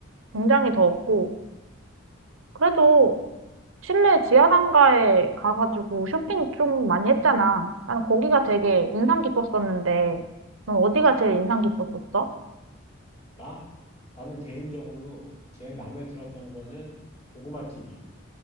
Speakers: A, on the right; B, on the left.
A: 굉장히 더웠고, 그래도 실내 지하상가에 가가지고 쇼핑 좀 많이 했잖아. 나는 거기가 되게 인상 깊었었는데, 넌 어디가 제일 인상 깊었었어?
B: 나 나는 개인적으로 제일 마음에 들었던 거는 고구마 튀김.